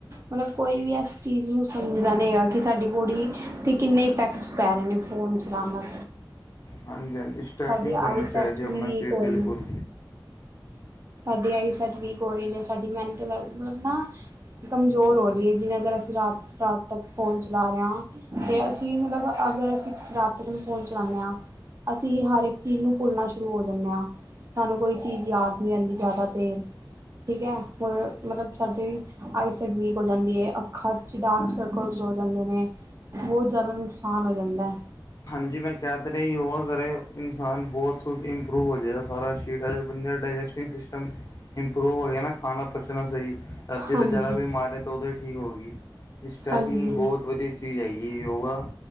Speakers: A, on the right (about 40°); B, on the left (about 45°).
A: ਮਤਲਬ ਕੋਈ ਵੀ ਆ ਚੀਜ਼ ਨੂੰ ਸਮਝਦਾ ਨਹੀਂ ਹੈਗਾ ਕਿ ਸਾਡੀ ਬਾੱਡੀ 'ਤੇ ਕਿੰਨੇ ਇਫੈੱਕਟਸ ਪੈ ਰਹੇ ਨੇ, ਫ਼ੋਨ ਚਲਾਉਣ ਨਾਲ।
B: ਹਾਂਜੀ-ਹਾਂਜੀ, ਸਟ੍ਰੈਚਿੰਗ
A: ਸਾਡੀ
B: ਕਰਨੀ
A: ਆਈਸੈਟ
B: ਚਾਹੀਦੀ,
A: ਵੀ
B: ਆਪਣਾ
A: ਵੀਕ
B: ਸ਼ਰੀਰ
A: ਹੋ
B: ਬਿਲਕੁਲ।
A: ਰਹੀ ਨੇ। ਸਾਡੀ ਆਈਸੈਟ ਵੀਕ ਹੋ ਰਹੀ ਨੇ, ਸਾਡੀ ਮੈਂਟਲ ਹੈਲਬ ਨਾ ਕਮਜੋਰ ਹੋ ਰਹੀ ਹੈ। ਜਿਵੇਂ ਅਗਰ ਅਸੀਂ ਰਾਤ-ਰਾਤ ਤੱਕ ਫ਼ੋਨ ਚਲਾ ਰਹੇ ਹਾਂ। ਤੇ ਅਸੀਂ ਮਤਲਬ ਅਗਰ ਅਸੀਂ ਰਾਤ ਤੱਕ ਨੂੰ ਫ਼ੋਨ ਚਲਾਉਣੇ ਹਾਂ। ਅਸੀਂ ਹਰ ਇੱਕ ਚੀਜ਼ ਨੂੰ ਭੁਲਨਾ ਸ਼ੁਰੂ ਹੋ ਜਾਂਦੇ ਆਂ। ਸਾਨੂੰ ਕੋਈ ਚੀਜ਼ ਯਾਦ ਨਹੀਂ ਰਹਿੰਦੀ ਜਿਆਦਾ ਦੇਰ, ਠੀਕ ਹੈ, ਹੋਰ ਮਤਲਬ ਸਾਡੇ ਆਈ-ਸਾਈਡ ਵੀਕ ਹੋ ਜਾਂਦੀ ਐ, ਅੱਖਾਂ ਚ ਡਾਰਕ ਸਰਕਲਸ ਹੋ ਜਾਂਦੇ ਨੇ। ਬਹੁ ਜ਼ਿਆਦਾ ਨੁਕਸਾਨ ਹੋ ਜਾਂਦਾ ਹੈ।
B: ਹਾਂਜੀ ਮੈਂ ਕਹਿ ਤਾਂ ਰ ਯੋਗਾ ਕਰੇ, ਇਨਸਾਨ ਬਹੁ ਸਤ ਇੰਪਰੂਵ ਹੋ ਜਾਏਦਾ, ਸਾਰਾ ਸ਼ਰੀਰ ਬੰਦੇ ਦਾ ਡਾਇਜੈਸਟ ਤੇ ਸਿਸਟਮ ਇੰਪਰੂਵ ਹੋ ਗਿਆ ਨਾ, ਖਾਣਾ ਪਚਣਾ ਸਈ
A: ਹੈ
B: ਅੱਧੇ
A: ਹਾਂਜੀ
B: ਤੋਂ ਜਿਆਦਾ ਬਿਮਾਰੀਆਂ ਤਾਂ ਓਦੋਂ ਹੀ ਠੀਕ ਹੋਗੀ। ਸਟ੍ਰੈਚਿੰਗ
A: ਹਾਂਜੀ
B: ਬਹੁਤ ਵਧੀਆ ਚੀਜ ਤੇ ਜਾਈਏ ਯੋਗਾ,